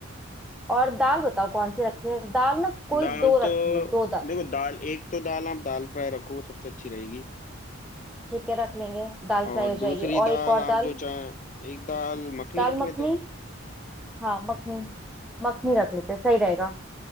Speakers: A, in the centre; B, on the left.
A: और दाल बताओ कौन सी रखें दाल ना कोई
B: दाल
A: दो
B: तो
A: रखेंगे दो दाल
B: देखो दाल एक तो दाल आप दाल फ्राई रखो वो सबसे अच्छी रहेगी
A: ठीक है रख लेंगे दाल
B: और
A: फ्राई हो
B: दूसरी
A: जाएगी
B: दाल
A: और एक और
B: आप
A: दाल
B: जो चाहे एक दाल मखनी
A: दाल
B: रख लेते
A: मखनी
B: हैं
A: हाँ मखनी मखनी रख लेते हैं, सही रहेगा